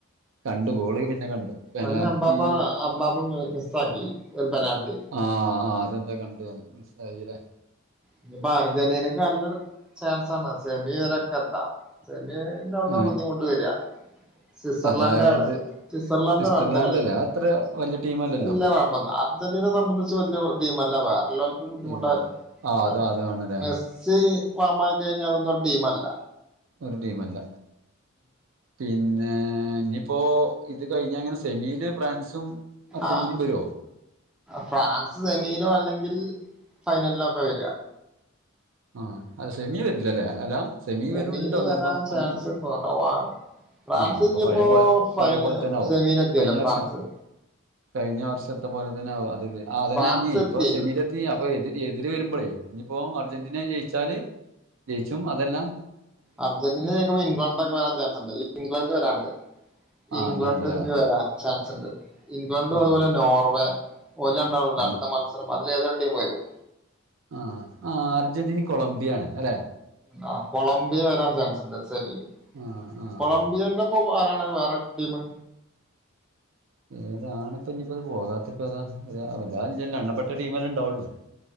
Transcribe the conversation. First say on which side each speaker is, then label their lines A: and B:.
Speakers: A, on the right; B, in the centre.
A: കണ്ടു ഗോള് പിന്നെ കണ്ടു പെനാൽറ്റി
B: ഒന്ന് അംബാപ്പ അബാപ്പ മിസ് മിസ്സാക്കി ഒര് പെനാൾട്ട്
A: ആഹ് ആ അതെന്താ കണ്ടു അന്ന് മിസ്സായിലെ
B: ഇനിയിപ്പോ അർജൻ്റീനക്ക് നല്ലൊരു ചാൻസാണ് സെമി വരെയൊക്കെ എത്താം സെമീൻ്റെ അവിടുന്നാ
A: ആഹ്
B: ബുദ്ധിമുട്ട് വരുക സ്വിസർലാൻഡ്
A: അതായത്
B: ആണ് സിസർലാൻഡാണ്
A: സ്വിറ്റ്സർലാൻഡ്
B: അടുത്ത കളി
A: അല്ലേ അത്ര വലിയ ടീമല്ലല്ലോ
B: എല്ലാം <unintelligible> അർജന്റീനയെ സംബന്ധിച്ച് വല്ല്യ ടീമല്ല വേറള്ളോൽക്ക് ബുദ്ധിമുട്ടായിരിക്കും
A: ടീമ ആഹ് അത്
B: അം
A: അതാണല്ലേ
B: മെസ്സി ഫോമായ് കഴിഞ്ഞാ അതൊന്നും ഒരു ടീമല്ല
A: ഒരു ടീമല്ല പിന്നേ ഇനിയിപ്പോ ഇത് കഴിഞ്ഞാ ഇങ്ങനെ സെമീല് ഫ്രാൻസും അർജന്റീനയും
B: ആഹ്
A: വരുവോ
B: ഫ്രാൻസ് സെമീലോ അല്ലെങ്കിൽ ഫൈനൽലൊക്കെ വരുക
A: ആഹ് അല്ല സെമീ വെരൂല്ലലേ അല്ല സെമീ
B: സെമീല്
A: വരും ഉണ്ടോ
B: വരാൻ
A: നിർബ
B: ചാൻസ്
A: അങ്ങനെ
B: കുറവാണ് ഫ്രാൻസ്
A: ആഹ് അപ്പ
B: ഇനിയിപ്പോ
A: പഴയ പോലെ
B: ഫൈന
A: പഴയ പോൽ തന്നെ ആവും
B: സെമീലെത്തിയല്ലോ
A: കഴിഞ്ഞ വർഷം
B: ഫ്രാൻസ്
A: കഴിഞ്ഞ വർഷത്തെ പോലെ തന്നെ ആവും അത് ആ അത്
B: ഫ്രാൻസ്
A: കഴിഞ്ഞേ
B: എത്തിയേ
A: ഇപ്പ സെമീല് എ ത്തി അപ്പോ എതിര് എതിര് വരുമ്പളെ ഇനിയിപ്പോ അർ ജന്റീന ജയിച്ചാല് ജയിച്ചും അതല്ലാ
B: അർജന്റീന ജയിക്കുമ്പൊ ഇംഗ്ലണ്ടൊക്കെ വരാൻ ചാൻസുണ്ട് ഇനിയിപ്പോ ഇംഗ്ലണ്ട് വരാനുണ്ട്
A: ആഹ്
B: ഇംഗ്ലണ്ട്ക്ക്
A: അങ്ങനെണ്ടല്ലേ
B: വരാൻ ചാൻസുണ്ട് ഇംഗ്ലണ്ടും
A: ആഹ്
B: അതുപോലെ നോർവേ ഓല് ഒണ്ടാവുള്ളൂ
A: അൽ
B: അടുത്ത മത്സരം അതിൽ ഏതൊരു ടീമ് വരും
A: ആഹ് ആഹ് അർജന്റീനയും കൊളംബിയാ ആണ് അല്ലേ
B: ആഹ് കൊളംബിയ വരാൻ ചാൻസുണ്ട് സെമീല്
A: ആഹ് ആഹ്
B: കൊളംബിയൻ്റ ഒപ്പം ആരാണ് വേറെ ടീമ്
A: ഏതാണ് ഇപ്പം ഇനിയിപ്പോ അത് പോകാത്തത് ഇപ്പൊ ഏതാ ഏതാ വെല്ല്യ ആളില്ലല്ലോ എണ്ണപ്പെട്ട ടീമല്ലേ ഇണ്ടാവുള്ളു